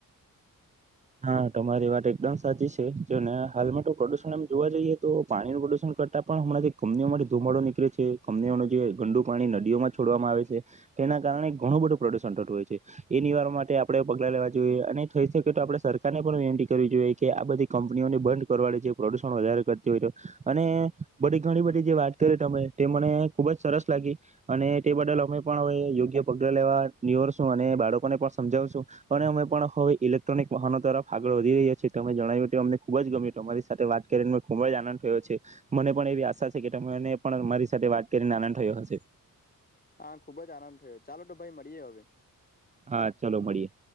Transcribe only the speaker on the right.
હા તમારી વાત એકદમ સાચી છે. જોને હાલમાં તો પ્રદુષણ એમ જોવા જઈએ તો પાણીનું પ્રદુષણ કરતાં પણ હમણાં જે કંપનીઓ માથી ધુમાડો નીકળે છે, કંપનીઓનું જે ગંડુ પાણી નદીઓમાં છોડવામાં આવે છે, તેના કારણે ઘણું બધું પ્રદુષણ થતું હોય છે. એ નિવારણ માટે આપડે પગલા લેવા જોઈએ અને થઈ શકે તો આપડે સરકારની પણ વિનંતી કરવી જોઈએ કે આ બધી કંપનીઓને બંધ કરવાડે છે જે પ્રદુષણ વધારે કરતી હોય તો. અને બધી ઘણી બધી જે વાત કરી તમે તે મને ખુબ જ સરસ લાગી, અને તે બદલ અમે પણ હવે યોગ્ય પગલા લેવા નીવરશું અને બાળકોને પણ સમજાવશું, અને અમે પણ હવે ઇલેક્ટ્રોનિક વાહનો તરફ આગળ વધી રહ્યા છી. તમે જણાવ્યું અમને ખુબ જ ગમ્યું. તમારી સાથે વાત કરીને ખૂબ જ આનંદ થયો છે. મને પણ એવી આશા છે કે તમને પણ અમારી સાથે વાત કરીને આનંદ થયો હશે.
હા, ચાલો મળીએ.